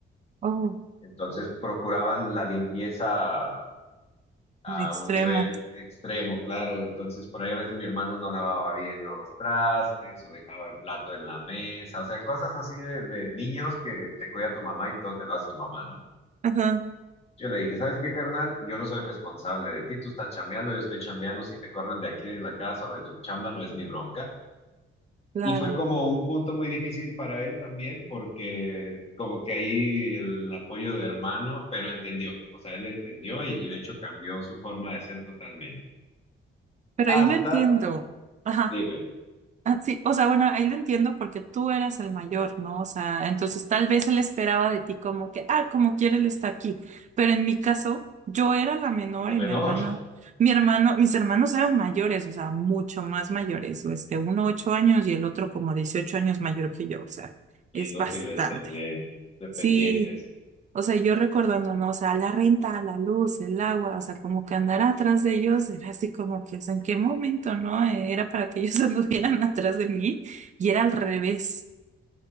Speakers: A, on the right (about 35°); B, on the left (about 30°).
A: oh,
B: Entonces procuraban la limpieza a
A: un extremo,
B: un nivel extremo, claro. Entonces por ahí a veces mi hermano no lavaba bien los trastes o dejaba el plato en la mesa, o sea, cosas así de, de niños que te cuida tu mamá y todo te lo hace tu mamá, ¿no?
A: ajá,
B: Yo le dije, ¿sabes qué, carnal? Yo no soy responsable de ti, tú estás chambeando, yo estoy chambeando, si te corren de aquí de la casa o de tu chamba no es mi bronca.
A: claro,
B: Y fue como un punto muy difícil para él también, porque como que ahí el apoyo de hermano, pero entendió, o sea, él entendió y, y de hecho cambió su forma de ser totalmente.
A: pero
B: Hasta,
A: ahí lo entiendo, ajá.
B: dime,
A: Ah, sí, o sea, bueno, ahí lo entiendo porque tú eras el mayor, ¿no? O sea, entonces tal vez él esperaba de ti como que, ah, como quiere él está aquí. Pero en mi caso, yo era la menor
B: la menor,
A: y mi hermano,
B: <laughs>
A: mi hermano, mis hermanos eran mayores, o sea, mucho más mayores, o este, uno ocho años y el otro como 18 años mayor que yo, o sea,
B: inútiles
A: es bastante.
B: también, dependientes.
A: Sí, o sea, yo recordando, no, o sea, la renta, la luz, el agua, o sea, como que andar atrás de ellos era así como que, o sea, ¿en qué momento, no? Eh, Era para que ellos <laughs> anduvieran atrás de mí y era al revés.